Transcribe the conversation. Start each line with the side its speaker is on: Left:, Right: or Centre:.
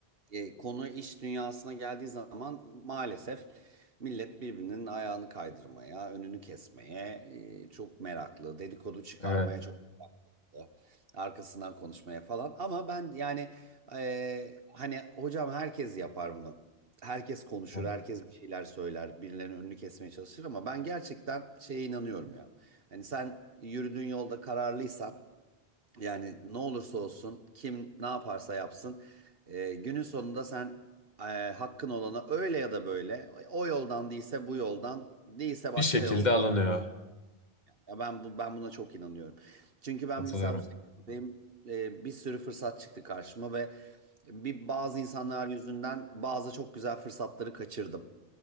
Right: E, konu iş dünyasına geldiği zaman maalesef millet birbirinin ayağını kaydırmaya, önünü kesmeye e, çok meraklı, dedikodu çıkarmaya
Left: evet,
Right: çok meraklı, arkasından konuşmaya falan. Ama ben yani e, hani hocam herkes yapar bunu. Herkes konuşur,
Left: evet.
Right: herkes bir şeyler söyler, birilerinin önünü kesmeye çalışır ama ben gerçekten şeye inanıyorum ya. Hani sen yürüdüğün yolda kararlıysan yani ne olursa olsun, kim ne yaparsa yapsın, e, günün sonunda sen e, hakkın olana öyle ya da böyle, o yoldan değilse bu yoldan, değilse başka
Left: Bir şekilde
Right: yoldan.
Left: alınıyor.
Right: Ya ben bu ben buna çok inanıyorum. Çünkü
Left: Katılıyorum.
Right: ben mesela bu sektördeyim, e, bir sürü fırsat çıktı karşıma ve bir bazı insanlar yüzünden bazı çok güzel fırsatları kaçırdım.